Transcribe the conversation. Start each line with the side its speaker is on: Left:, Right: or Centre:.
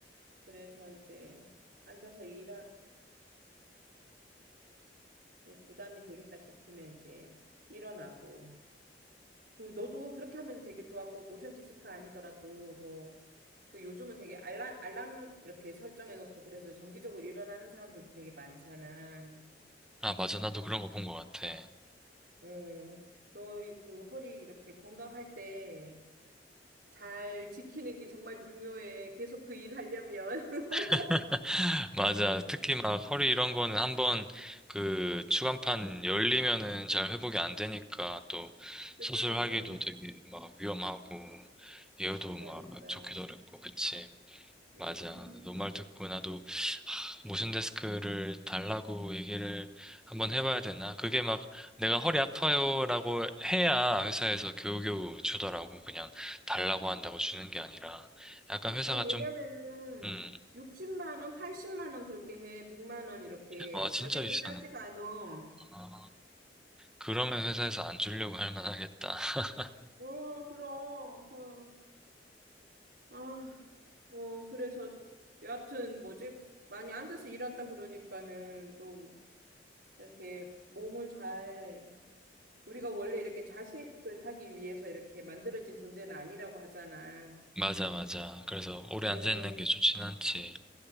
Right: 그래서 이제 앉아서 일하다가 부담이 되겠다 싶으면 이제 일어나고 그 너도 그렇게 하면 되게 좋았고 모션 디스크 아니더라도 뭐 그 요즘은 되게 알람 알람 이렇게 설정해 놓고 그래서 정기적으로 일어나는 사람들도 되게 많잖아.
Centre: 아, 맞아. 나도 그런 거 본 것 같아.
Right: 어, 너의 그 허리 이렇게 건강할 때 잘 지키는 게 정말 중요해. 계속 그 일 하려면. <laughs>
Centre: <laughs> 맞아. 특히 막 허리 이런 거는 한 번 그 추간판 열리면은 잘 회복이 안 되니까 또
Right: 그러니까.
Centre: 수술하기도 되게 막 위험하고 예후도
Right: 그러니까.
Centre: 막 좋기도 어렵고 그치.
Right: 음.
Centre: 맞아. 너 말 듣고 나도 하, 모션 데스크를 달라고 얘기를 한번 해봐야 되나? 그게 막 내가 허리 아파요라고 해야 회사에서 겨우겨우 주더라고. 그냥 달라고 한다고 주는 게 아니라 약간 회사가
Right: 어, 왜냐면은
Centre: 좀 음,
Right: 60만 원, 80만 원 그렇게 해. 100만 원 이렇게
Centre: 어, 진짜
Right: 가격이
Centre: 비싸네.
Right: 싸지가 않아.
Centre: 아, 그러면 회사에서 안 주려고 할 만하겠다. <laughs>
Right: 어, 그럼, 그, 아, 뭐, 그래서, 여하튼, 뭐지, 많이 앉아서 일한다 그러니까는 좀, 이렇게 몸을 잘, 우리가 원래 이렇게 자식을 하기 위해서 이렇게 만들어진 존재는 아니라고 하잖아.
Centre: 맞아, 맞아. 그래서 오래
Right: 음,
Centre: 앉아있는 게 좋진 않지.